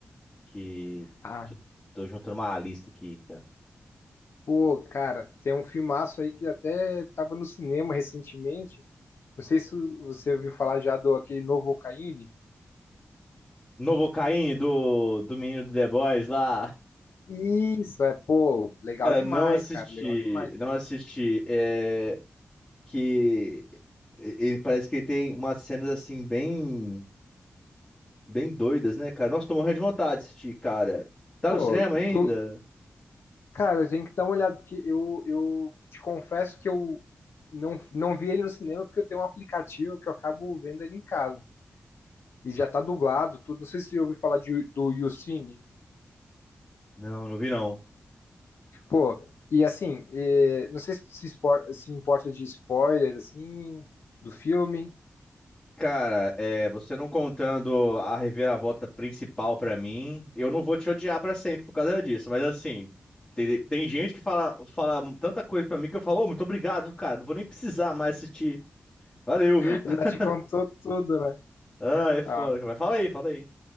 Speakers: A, on the left; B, on the left.
A: que,
B: Ah,
A: que eu tô juntando uma lista aqui, cara.
B: pô, cara, tem um filmaço aí que até tava no cinema recentemente. Não sei se você ouviu falar já do aquele novo Ocaíne.
A: Novocaine, do, do menino do The Boys lá.
B: Isso, é, pô,
A: <laughs>
B: legal
A: Cara,
B: demais,
A: não assisti,
B: cara, legal demais.
A: não assisti, é, que e- ele parece que ele tem umas cenas, assim, bem, bem doidas, né, cara? Nossa, tô morrendo de vontade de assistir, cara. Tá
B: Pô,
A: no cinema ainda?
B: tu, cara, tem que dar uma olhada, porque eu, eu te confesso que eu não, não vi ele no cinema porque eu tenho um aplicativo que eu acabo vendo ele em casa. E já tá dublado, tudo. Não sei se você ouviu falar de, do YouCine.
A: Não, não vi não.
B: Pô, e assim, eh, não sei se se espor- se importa de spoiler, assim, do filme.
A: Cara, é, você não contando a reviravolta principal pra mim, eu não vou te odiar pra sempre por causa disso. Mas assim, tem, tem gente que fala, fala tanta coisa pra mim que eu falo, ô, muito obrigado, cara. Não vou nem precisar mais assistir. Valeu,
B: <laughs>
A: viu? <laughs>
B: Já te contou tudo, né?
A: Ah, é foda.
B: Ah,
A: cara. Mas fala aí, fala aí.